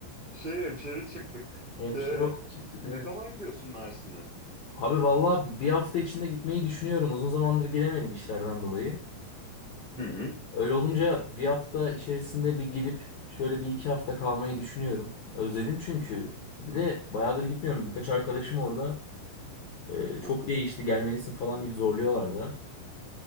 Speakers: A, on the right; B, on the left.
A: Şey hemşeri çıktık.
B: Hemşire
A: Ee,
B: olarak çıktık
A: ne
B: evet.
A: zaman gidiyorsun Mersin'e?
B: Abi valla bir hafta içinde gitmeyi düşünüyorum. Uzun zamandır gidemedim işlerden dolayı.
A: Hı
B: Ee,
A: hı.
B: Öyle olunca bir hafta içerisinde bir gidip şöyle bir iki hafta kalmayı düşünüyorum. Özledim çünkü. Bir de bayağıdır gitmiyorum. Birkaç arkadaşım orada e, çok
A: hı hı.
B: değişti gelmelisin falan deyip zorluyorlar da.